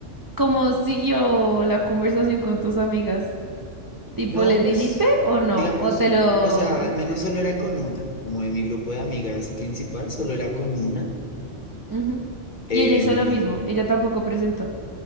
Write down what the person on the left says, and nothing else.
No,
pues,
digamos,
o sea, al menos solo era con una, como de mi grupo de amigas principal, solo era con una.
Em,